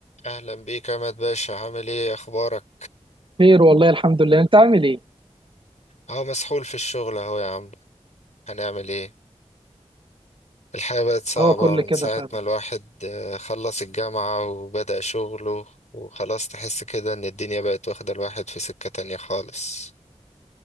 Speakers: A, on the left; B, on the right.
A: اهلا بيك يا عماد باشا عامل ايه اخبارك
B: خير والله الحمد لله انت عامل ايه
A: اهو مسحول في الشغل اهو يا عم هنعمل ايه الحياة بقت صعبة
B: هو كل
A: من
B: كده
A: ساعة
B: فعلا
A: ما الواحد آه، خلص الجامعة وبدأ شغله وخلاص تحس كده ان الدنيا بقت واخدة الواحد في سكة تانية خالص